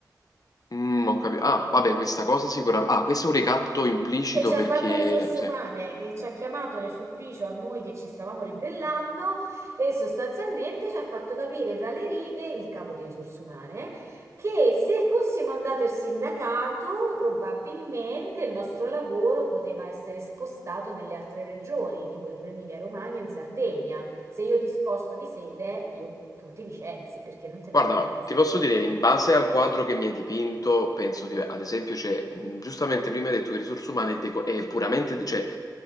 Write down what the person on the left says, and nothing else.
Mm, ho capito. Ah, vabbè, questa cosa sicuramente. Ah, questo è un ricatto implicito
perché.
Sì.
Guarda,
ti posso dire, in base al quadro che mi hai dipinto, penso che ad esempio c'è, mh, giustamente prima hai detto che risorse umane è, deco- è puramente, cioè,